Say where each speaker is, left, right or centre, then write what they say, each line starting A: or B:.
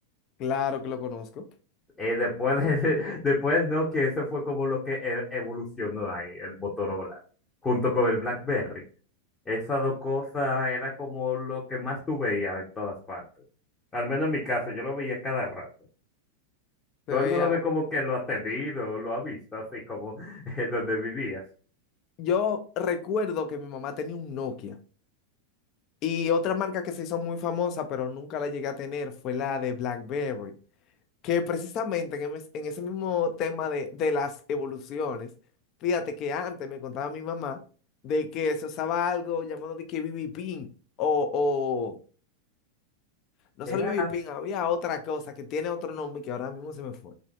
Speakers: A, on the left (about 35°); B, on the left (about 20°).
A: Claro que lo conozco.
B: Eh, después, de- <laughs> después, no, que eso fue como lo que e- evolucionó ahí, el Motorola, junto con el BlackBerry. Esas dos cosas era como lo que más tú veías en todas partes. Al menos en mi caso, yo lo veía cada rato.
A: Se
B: ¿Tú
A: veía.
B: alguna vez como que lo has tenido, lo has visto, así como <laughs> en donde vivías?
A: Yo recuerdo que mi mamá tenía un Nokia. Y otra marca que se hizo muy famosa, pero nunca la llegué a tener, fue la de BlackBerry. que precisamente en, em- en ese mismo tema de, de las evoluciones, fíjate que antes me contaba mi mamá de que se usaba algo llamado de que BB Pin o, o no
B: Era
A: solo BB
B: así
A: Pin, había otra cosa que tiene otro nombre que ahora mismo se me fue.